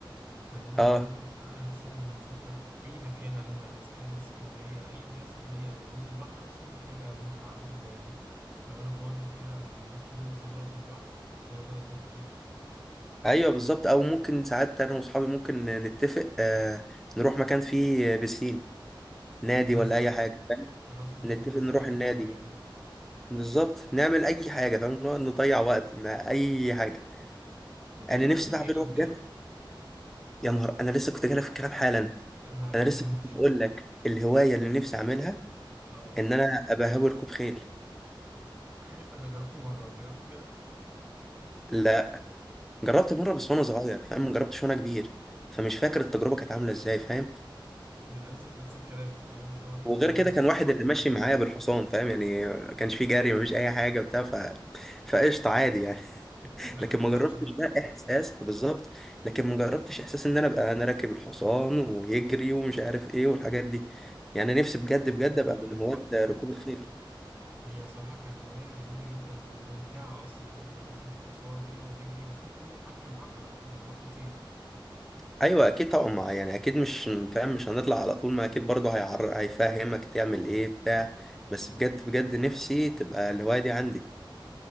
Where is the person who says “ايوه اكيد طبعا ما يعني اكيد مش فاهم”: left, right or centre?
Centre